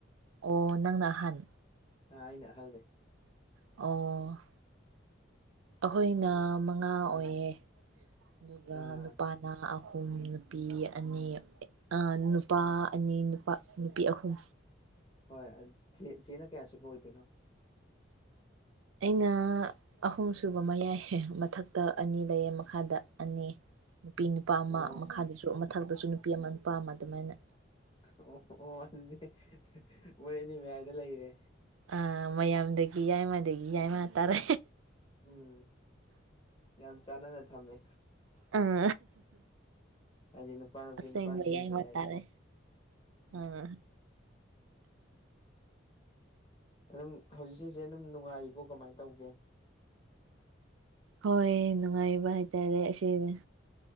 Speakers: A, on the right (about 80°); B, on the left (about 25°).
A: ꯑꯣ ꯅꯪꯅ ꯑꯍꯟ
B: ꯑ ꯑꯩꯅ ꯑꯍꯜꯅꯤ
A: ꯑꯣ ꯑꯩꯈꯣꯏꯅ
B: ꯑꯗꯨ
A: ꯃꯉꯥ
B: ꯑꯥ
A: ꯑꯣꯏꯌꯦ ꯑꯗꯨꯒ
B: ꯑꯥ
A: ꯅꯨꯄꯥ ꯅ ꯑꯍꯨꯝ ꯅꯨꯄꯤ ꯑꯅꯤ ꯑ ꯅꯨꯄꯥ
B: ꯑꯥ
A: ꯑꯅꯤ ꯅꯨꯄꯥ ꯅꯨꯄꯤ ꯑꯍꯨꯝ
B: ꯍꯣꯏ ꯑ ꯆꯦ ꯆꯦꯅ ꯀꯌꯥ ꯁꯨꯕ ꯑꯣꯏꯗꯣꯏꯅꯣ
A: ꯑꯩꯅ ꯑꯍꯨꯝꯁꯨꯨꯕ ꯃꯌꯥꯏ ꯃꯊꯛꯇ ꯑꯅꯤ ꯂꯩꯌꯦ ꯃꯈꯥꯗ ꯑꯅꯤ ꯅꯨꯄꯤ ꯅꯨꯄꯥ ꯑꯃ
B: ꯑꯣ
A: ꯃꯈꯥꯗꯁꯨ ꯃꯊꯛꯇꯁꯨ ꯅꯨꯄꯤ ꯑꯃ ꯅꯨꯄꯥ ꯑꯃ ꯑꯗꯨꯃꯥꯏꯅ
B: ꯑꯣ ꯑꯣ ꯑꯗꯨꯗꯤ ꯃꯣꯏ ꯑꯅꯤ ꯃꯌꯥꯏꯗ ꯂꯩꯔꯦ
A: ꯑ ꯃꯌꯥꯝꯗꯒꯤ ꯌꯥꯏꯃꯗꯒꯤ ꯌꯥꯏꯃ ꯇꯥꯔꯦ
B: ꯎꯝ ꯌꯥꯝ ꯆꯥꯟꯅꯅ ꯊꯝꯃꯦ
A: ꯎꯪ
B: ꯍꯥꯏꯗꯤ ꯅꯨꯄꯥ ꯅꯨꯄꯤ
A: ꯑꯁꯦꯡꯕ
B: ꯅꯨꯄꯥ ꯅꯨꯄꯤꯒꯤ
A: ꯌꯥꯏꯃꯥ
B: ꯃꯌꯥꯏꯗꯀꯣ
A: ꯇꯥꯔꯦ ꯎꯝ
B: ꯑꯗꯨꯝ ꯍꯧꯖꯤꯛꯁꯦ ꯆꯦ ꯑꯗꯨꯝ ꯅꯨꯡꯉꯥꯏꯔꯤꯕꯣ ꯀꯃꯥꯏ ꯇꯧꯒꯦ
A: ꯍꯣꯏ ꯅꯨꯡꯉꯥꯏꯕ ꯍꯥꯏꯇꯥꯔꯦ ꯑꯁꯤꯅꯦ